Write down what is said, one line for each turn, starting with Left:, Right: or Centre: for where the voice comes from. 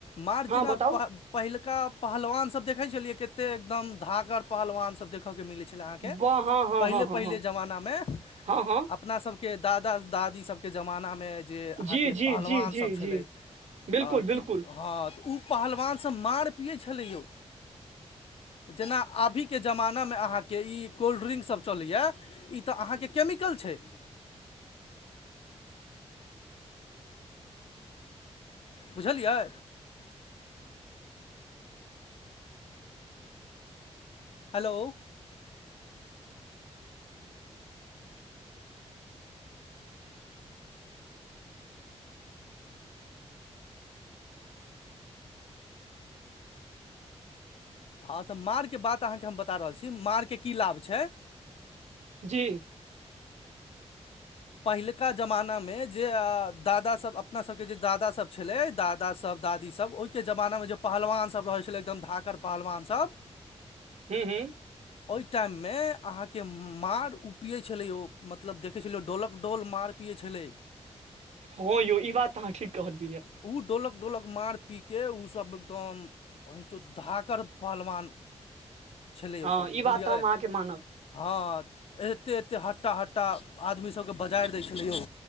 Left: मार
Right: हँ
Left: जेना
Right: बताउ
Left: पहिलका पहलवान सभ देखे छलिये कते एकदम धागर पहलवान सभ देखे के मिले छले अहाँकेँ
Right: वाह हँ हँ
Left: पहिले
Right: हँ हँ
Left: पहिले
Right: हँ
Left: जमानमे अप
Right: हँ हँ
Left: अपना सभके दादा दादी सभके जमानामे जे अहाँकेँ
Right: जी जी
Left: पहलवान
Right: जी जी
Left: सभ छलै
Right: जी बिल्कुल
Left: आ
Right: बिल्कुल
Left: कि हँ तऽ ओ पहलवानसँ मांड़ पियै छलै यौ। जेना अभिके जमाना मे अहाँकेँ ई कोल्ड्रिंक्स सभ चलैया ई तऽ अहाँकेँ केमिकल छै बुझलियै। हेलो। हँ तऽ माँड़केँ बात अहाँकेँ हम बता रहल छी माँड़केँ की लाभ छै
Right: जी।
Left: पहिलुका जमानामे जे दादा सभ अपना सभके जे दादासभ छलै दादासभ दादी सभ ओहिके जमानामे जे पहलवान सभ रहै छलै एकदम धाकर पहलवान सभ
Right: हू, हू।
Left: ओहि टाइम मे अहाँकेँ मार पिये छले य मतलब देखे छलिय डोलक डोल मार पियए छेले
Right: हँ यौ ई बात तऽ अहाँ ठीक कहलियै यै
Left: ओ डोलकऽ डोलकऽ मार पी कऽ ओसभ एकदम पैचो धाकर पहलवान छलै
Right: हँ
Left: ओसभ बुझलियै
Right: ई बात तऽ हम अहाँके मानब
Left: हँ एते एते हट्टा हट्टा आदमी सभके बजार दै छलयौ।